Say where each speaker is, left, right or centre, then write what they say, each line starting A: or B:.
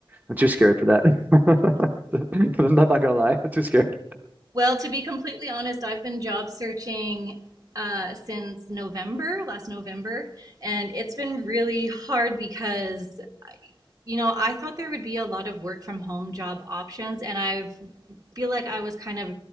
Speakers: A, on the right (about 20°); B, on the right (about 40°).
A: I'm too scared for that. <laughs> I'm not, gonna lie, I'm too scared.
B: <laughs> well, to be completely honest, I've been job searching uh, since November, last November, and it's been really hard because you know, I thought there would be a lot of work from home job options, and I feel like I was kind of